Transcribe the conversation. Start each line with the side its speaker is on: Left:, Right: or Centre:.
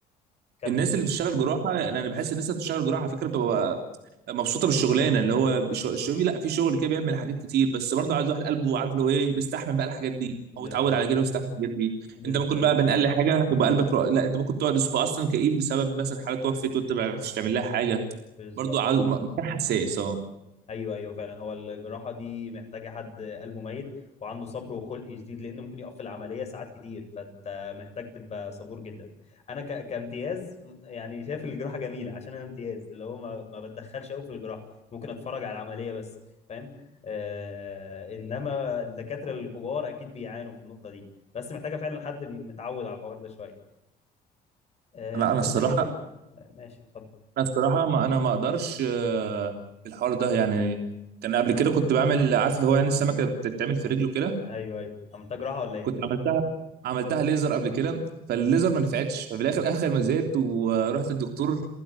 Left: كمل
Right: الناس اللي بتشتغل جراحه يعني انا بحس الناس اللي بتشتغل جراحه على فكره بتبقى مبسوطه بالشغلانه اللي هو شو- الشباب لا في شغل كده بيعمل حاجات كتير بس برضه عايز واحد قلبه عارف اللي هو ايه بيستحمل بقى الحاجات دي
Left: بالظبط
Right: او اتعود على كده ويستحمل الحاجات دي
Left: بالظبط
Right: انت ممكن بقى بين اقل حاجه يبقى قلبك رق... لا انت ممكن تقعد اسبوع اصلا كئيب بسبب مثلا حاله توفت وانت ما عرفتش تعمل لها حاجه
Left: بالظبط
Right: برضه عاوز م- مكان حساس اه
Left: ايوه ايوه فعلا هو الجراحه دي محتاجه حد قلبه ميت وعنده صبر وخلق شديد لان ممكن يقف في العمليه ساعات كتير فانت محتاج تبقى صبور جدا انا ك... كامتياز يعني شايف الجراحه جميله عشان انا امتياز اللي هو ما, ما بتدخلش قوي في الجراحه ممكن اتفرج على العمليه بس فاهم آه... انما الدكاتره الكبار اكيد بيعانوا في النقطه دي بس محتاجه فعلا حد بي... متعود على الحوار ده شويه آه...
Right: لا
Left: طب
Right: انا الصراحه
Left: انت كلمني ماشي اتفضل
Right: انا الصراحه ما انا ما اقدرش آه، في الحوار ده يعني كان قبل كده كنت بعمل عارف اللي هو يعني السمكه بتتعمل في رجله كده
Left: ايوه ايوه عملتها جراحه ولا ايه؟
Right: كنت عملتها عملتها ليزر قبل كده فالليزر
Left: مم.
Right: ما نفعتش ففي الاخر اخر ما زهقت ورحت الدكتور